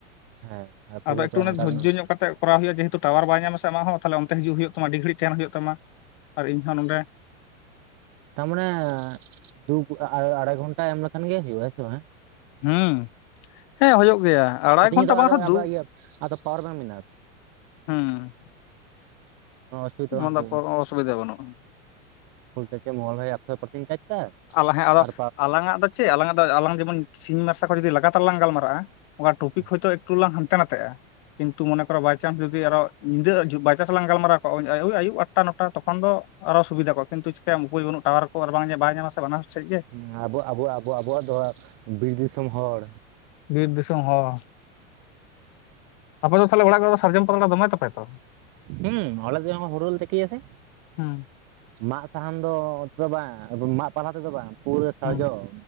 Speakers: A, on the right (about 55°); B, on the left (about 55°).
A: ᱦᱮᱸ ᱯᱩᱨᱟᱹᱣ
B: ᱟᱫᱚ ᱮᱠᱴᱩ
A: ᱠᱟᱜ
B: ᱚᱱᱟ ᱫᱚ
A: ᱠᱟᱨᱚᱱ
B: ᱫᱷᱳᱨᱡᱚ ᱧᱚᱜ ᱠᱟᱛᱮᱫ ᱠᱚᱨᱟᱣ ᱦᱩᱭᱩᱜᱼᱟ ᱡᱮᱦᱮᱛᱩ ᱴᱟᱣᱟᱨ ᱵᱟᱭ ᱧᱟᱢᱟ ᱟᱢᱟᱜ ᱦᱚᱸ ᱛᱟᱦᱚᱞᱮ ᱚᱱᱛᱮ ᱦᱤᱡ ᱦᱩᱭᱩᱜ ᱛᱟᱢᱟ ᱟᱰᱤ ᱜᱷᱟᱲᱤᱡ ᱛᱟᱦᱮᱱ ᱦᱩᱭᱩᱜ ᱛᱟᱢᱟ ᱟᱨ ᱤᱧᱦᱚᱸ ᱱᱚᱰᱮ
A: ᱛᱟᱨᱢᱟᱱᱮ ᱫᱩ ᱟᱲᱟᱭ ᱜᱷᱚᱱᱴᱟ ᱮᱢ ᱞᱮᱠᱷᱟᱱ ᱜᱮ ᱦᱩᱭᱩᱜ ᱟ ᱦᱮᱥᱮ ᱵᱟᱝ
B: ᱦᱩᱸ ᱦᱮᱸ ᱦᱩᱭᱩᱜ ᱜᱮᱭᱟ ᱟᱲᱟᱭ
A: ᱟᱫᱚ
B: ᱜᱷᱚᱱᱴᱟ
A: ᱱᱤᱭᱟᱹ ᱫᱚ
B: ᱵᱟᱝ
A: ᱟᱫᱚ
B: ᱨᱮᱦᱚᱸ
A: ᱟᱵᱟᱨ
B: ᱫᱩ
A: ᱤᱭᱟᱹ ᱟᱫᱚ ᱯᱟᱣᱟᱨ ᱵᱮᱝᱠ ᱢᱮᱱᱟᱜᱼᱟ ᱛᱚ
B: ᱦᱩᱸ
A: ᱠᱳᱱᱳ ᱚᱥᱩᱵᱤᱫᱟ ᱵᱟᱝ
B: ᱚᱱᱟᱫᱟ
A: ᱦᱩᱭᱩᱜᱼᱟ
B: ᱚᱥᱩᱵᱤᱫᱟ ᱵᱟᱹᱱᱩᱜᱼᱟ
A: ᱯᱷᱩᱞ ᱪᱮ ᱢᱚᱦᱚᱞ ᱵᱷᱟᱭ ᱟᱯᱮ ᱫᱚ <unintelligible>
B: ᱟᱞᱟᱝ ᱦᱮᱸ ᱟᱫᱚ
A: ᱟᱨ
B: ᱟᱞᱟᱝᱟᱜ ᱫᱚ ᱪᱮᱫ ᱟᱞᱟᱝ ᱟᱜ ᱫᱚ ᱟᱞᱟᱝ ᱡᱮᱢᱚᱱ ᱥᱤᱧ ᱢᱟᱨᱥᱟ ᱡᱩᱫᱤ ᱞᱟᱜᱟᱛᱟᱨ ᱞᱟᱝ ᱜᱟᱞᱢᱟᱨᱟᱜᱼᱟ ᱚᱱᱟ
A: ᱦᱩᱸ
B: ᱴᱚᱯᱤᱠ ᱦᱚᱭᱛᱚ ᱮᱠᱴᱩ ᱞᱟᱝ ᱦᱟᱱᱛᱮ ᱱᱟᱛᱮᱜᱼᱟ ᱠᱤᱱᱛᱩ ᱢᱚᱱᱮ ᱠᱚᱨᱮ ᱵᱟᱭ ᱪᱟᱱᱥ ᱡᱩᱫᱤ ᱟᱨᱚ ᱧᱤᱫᱟᱹ ᱵᱟᱭᱪᱟᱥ ᱞᱟᱝ ᱜᱟᱞᱢᱟᱨᱟᱣ ᱠᱚᱜᱼᱟ ᱳᱭ ᱟᱹᱭᱩᱵ ᱟᱴᱟ ᱱᱚᱴᱟ ᱛᱚᱠᱷᱚᱱ ᱫᱚ ᱟᱨᱚ ᱥᱩᱵᱤᱫᱟ ᱠᱚᱣᱟ ᱠᱤᱱᱛᱩ ᱪᱤᱠᱟᱹᱭᱟ ᱩᱯᱟᱹᱭ ᱵᱟᱹᱱᱩᱜ ᱴᱟᱣᱟᱨ ᱟᱨ ᱵᱟᱝ ᱵᱟᱭ ᱧᱟᱢᱟ ᱥᱮ ᱵᱟᱱᱟᱨ ᱥᱮᱫ ᱜᱮ
A: ᱦᱮ ᱟᱵᱚ ᱟᱵᱚ ᱟᱵᱚ ᱟᱵᱚᱣᱟᱜ ᱫᱚ ᱵᱤᱨ ᱫᱤᱥᱚᱢ ᱦᱚᱲ
B: ᱵᱤᱨ ᱫᱤᱥᱚᱢ ᱦᱚᱲ ᱟᱯᱮ ᱫᱚ ᱛᱟᱦᱚᱞᱮ ᱚᱲᱟᱜ ᱠᱚ ᱨᱮᱫᱚ ᱥᱟᱨᱡᱚᱢ ᱯᱟᱛᱲᱟ ᱫᱚᱢᱮ ᱛᱟᱯᱮ ᱛᱚ
A: ᱦᱩᱸ ᱟᱞᱮ ᱫᱚ ᱡᱚᱠᱷᱚᱱ ᱦᱩᱲᱩᱞᱮ ᱛᱤᱠᱤ ᱟᱥᱮ
B: ᱦᱩᱸ
A: ᱢᱟᱜ ᱥᱟᱦᱟᱱ ᱫᱚ ᱛᱮᱫᱚ ᱵᱟᱝ ᱢᱟᱜ ᱯᱟᱞᱦᱟ ᱛᱮᱫᱚ ᱵᱟᱝ ᱯᱩᱨᱟᱹ ᱥᱟᱨᱡᱚᱢ
B: ᱦᱩᱸ